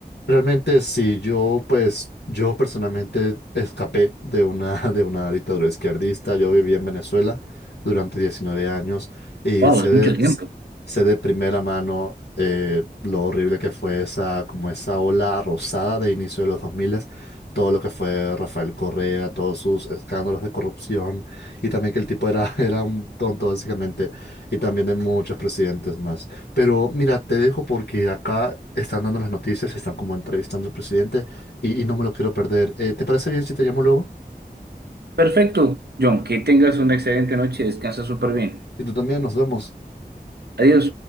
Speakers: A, on the left (about 85°); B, on the right (about 75°).
A: Realmente sí, yo pues yo personalmente escapé de una, <laughs> de una dictadura izquierdista, yo viví en Venezuela durante 19 años y
B: Wow,
A: sé
B: es
A: de,
B: mucho tiempo.
A: sé de primera mano eh, lo horrible que fue esa, como esa ola rosada de inicio de los 2000, todo lo que fue Rafael Correa, todos sus escándalos de corrupción y también que el tipo era, <laughs> era un tonto básicamente y también de muchos presidentes más. Pero mira, te dejo porque acá están dando las noticias, están como entrevistando al presidente y, y no me lo quiero perder. Eh, ¿te parece bien si te llamo luego?
B: Perfecto, John, que tengas una excelente noche y descansa súper bien.
A: Y tú también, nos vemos.
B: Adiós.